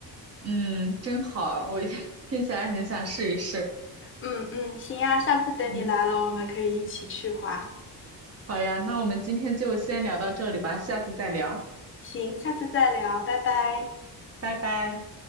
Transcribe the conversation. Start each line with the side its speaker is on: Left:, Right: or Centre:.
Right: 嗯，真好，我 <laughs> 听起来很想试一试。
Left: 嗯嗯，行呀，下次等你来了，
Right: 嗯，
Left: 我们可以一起去滑。
Right: 好呀，那我们今天就先聊到这里吧，下次再聊，
Left: 行，下次再聊，拜拜。
Right: 拜拜。